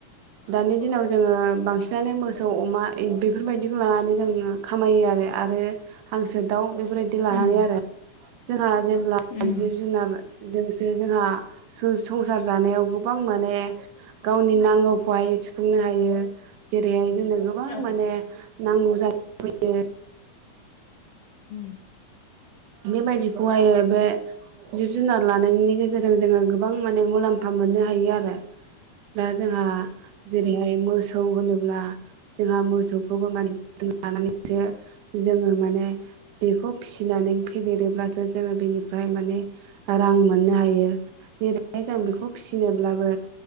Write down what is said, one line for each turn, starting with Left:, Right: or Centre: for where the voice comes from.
Right: दानि दिनाव जोङो बांसिनानो मोसौ अमा बेफोरबायदिखौ लानानै जोङ खामायो आरो आरो हांसो दाउ बेफोरबायदि लानानै
Left: उम
Right: आरो जोंहा जेब्ला
Left: उम
Right: जिब जुनार जोंसो जोंहा संसार जानायाव गोबां माने गावनि नांगौ खौहाय सुफुंनो हायो जेरैहाय जोंनो गोबां
Left: औ
Right: माने नांगौ जाना फैयो
Left: औ
Right: बेबायदिखौहाय बे जिब जुनार लानायनि गेजेरजों जोङो गोबां माने मुलाम्फा मोननो हायो आरो। दा जोंहा जेरैहाय मोसौ होनोब्ला जोंहा मोसौखौबो माने जोथ लानानैसो जोङो माने बेखौ फिसिनानै फदेरोब्लासो जोङो बिनिफ्राय माने रां मोननो हायो जों बेखौ फिसिनोब्लाबो